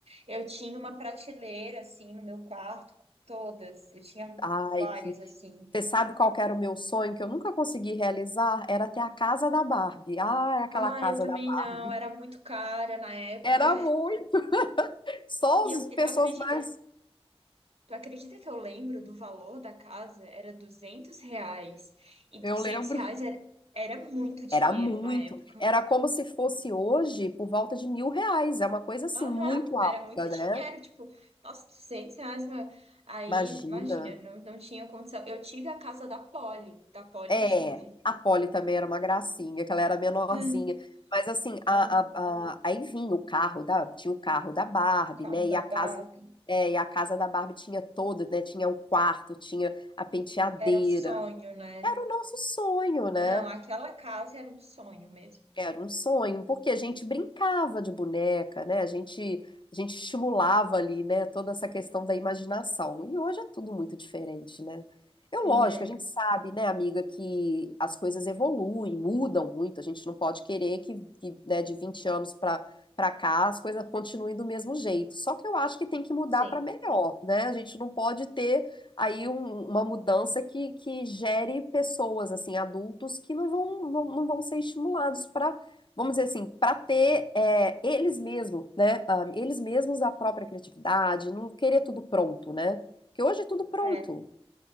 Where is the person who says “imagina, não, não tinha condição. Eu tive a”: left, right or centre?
Right